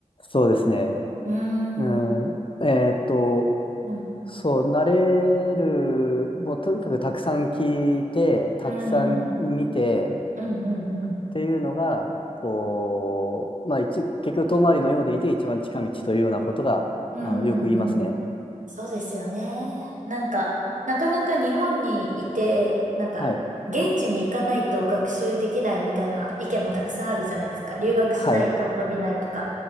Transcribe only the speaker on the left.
そうですね。
うん、
えーっと、
そう、慣れる、もうとにかくたくさん聞いて、たくさん見て
っていうのが、こう、まあ一、結局遠回りのようでいて一番近道というようなことが、
あの、よく言いますね。
はい。
はい。